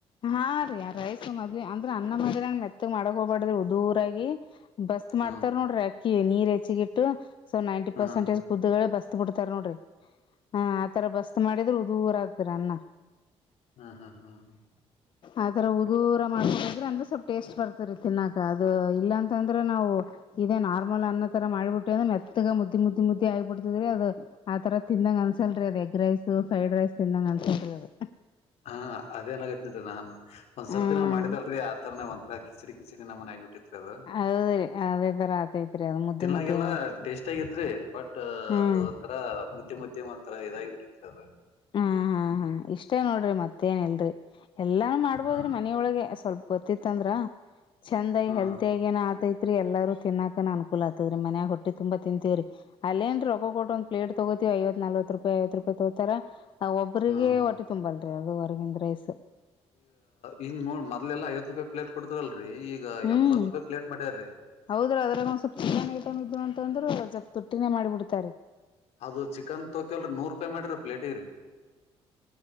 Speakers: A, on the left; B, on the left.
A: ಹಾ ರೀಾರ ರೈಸ ಮದ್ಲೆ ಅಂದ್ರ ಅನ್ನ ಮದದಂಗ್ ಮೆತ್ತಗ್ ಮಾಡಕ್ ಹೋಗಬಾರಡ್ರ ಉದೂರಯ ಬಸ್ತ್ ಮಾಡ್ತಾರ
B: ಹನ್
A: ನೋಡ್ರಿ ಅಕ್ಕಿ ನೀರ್ ಹೆಚ್ಚಿಗಿಟ್ಟು ಸೊ ನೈಂಟಿ ಪರ್ಸೆಂಟೇಜ್
B: ಹನ್
A: ಕುದ್ದಗಳೇ ಬಸ್ ತ್ ಬಿಡ್ತಾರ ನೋಡ್ರಿ ಹ ಆತರ ಬಸ್ತ್ ಮಾಡಿದ್ರರು ದೂರ ಆದತರ ಅನ್ನ
B: ಹಾ ಹಾ ಹಾ ಹಾ
A: ಆತರ ಉದರ ಮಾಡ್ಿದ್ರೆ ಅಂದ್ರ ಸ್ವಲ್ಪ್ ಟೇಸ್ಟ್ ಬರ್ತರಿ ತಿನ್ನಾಕ ಅದು ಇಲ್ಲಾಂತಂದ್ರೆ ನಾವು ಇದೇ ನಾರ್ಮಲ್ ಅನ್ನ ತರ ಮಾಡಿಬಿಟ್ಟು ಅಂದ್ರೆ ಮೆತ್ತಗ ಮುದ್ದಿ ಮುದ್ದಿ ಮುದ್ದಿ ಆಗಿಬಿಡ್ತದ್ರರಿ ಅದು ಆ ತರ ತಿಿಂದ ಅನ್ಸಲ್ರಿ ಅದು ಎಗ್ ರೈಸ್ ಫ್ರೈಡ್ ರೈಸ್ ತಿಂದಂಗ ಅನ್ಸಲ್ರಿ ಅದು
B: ಹಾ ಅದೇನಾಗ್ನನ್ೀ ನಾನ್ ಒಂದ್ಸರ್
A: ಹ್ಮ
B: ದಿನ ಮಾಡಿದಲ್ರರಿ ಆತರನ ಒಂರ ಕಿಸ್ರ ದಿಸಿಿನ ನ ಮನ ಆಗು ಅ
A: ಹೌದ್ರಿ ಅದೇ ತರ ಆತೈತ್ರಿ ಅದು ಮುದ್ದಿ
B: ತಿನ್ನಾಗಲ್ಲ
A: ಮುದ್ದಿ ಆತ
B: ಟೇಸ್ಟ ಆಗತ್ರಿ ಬಟ್
A: ಹ್ಮ್
B: ಅದು ಒಂಥರ ಮುದ್ದಮ ಮುದ್ದಮ ಒಂಥರ ಇದಾಗಿ ಬಿಡತ ಅದು
A: ಹಾ ಹಾ ಹಾ ಇಷ್ಟೇ ನೋಡ್ರಿ ಮತ್ತೇನ್ಲ್ರರಿ ಎಲ್ಲಾನು ಮಾಡ್ಬೋದ್ರಿ
B: ಹಾ
A: ಮನೊಳಗೆ ಸ್ವಲ್ಪ ಗೊತ್ತಿತ್ತ ಅಂದ್ರ ಚಂದಾಗಿ
B: ಹಾ
A: ಹೆಲ್ತಿ ಆಗ ಏನ ಆತ ರಿ ಎಲ್ಲಾರೂ ತಿನ್ನಾಕ ಅನ್ಕೂಲ್ ಆತತ್ದರಿ ಮನ್ಯಾಗ ಹೊಟ್ಟೆ ತುಂಬಾ ತಿಂತೀವ್ರೀ ಅಲ್ಲೇನ್ ರೀ ರೊ ಕೊಟ್ಟ ಒಂದ್ ಪಲೇಟ್ ತಗೋತಿ ಐವತ್ ನಲ್ವತ್ ರೂಪಾಯಿ ಐವತ್ತು ರೂಪಾಯಿ ತೋತರ ಗ
B: ಹಾ
A: ಒಟ್ಟಿ ತುಂಬಲ್ರರಿ ಅದು ಹೊರಗಿಂದ ರೈಸ್
B: ಈ ಹಂಗ್ ನೋಡ್ ಮೊದಲೆಲ್ಲ ಐ್ ರೂಪಾಯಿ ಪ್ಲೇಟ್ ಕೊಡ್ತರಲ್ಲ ರಿ ಈಗ
A: ಹ್ಮ್
B: ಎಂಬತ್ ರೂಪಾಯಿ ಪ್ಲೇಟ್ ಮಾಡ್ಯಾರ್ರೀ
A: ಹೌದ್ರ ಅದ್ರಾಗ ಒಂದ ಸ್ವಲ್ಪ್ ಚಿಕನ್ ಐಟಮ್ ಇದ್ ಅಂತ ಅಂದ್ರರು ಸ್ವಲ್ಪ್ ತೊಟ್ಟಿನೇ ಮಾಡಿಬಿಡ್ತಾರೆ
B: ಅದು ಚಿಕನ್ ತೋತತಿವಲ್ರಿ ನೂರ್ ರೂಪಾಯಿ ಮಾಡಿ್ರಿ ಪ್ಲೇಟಿ ರರಿ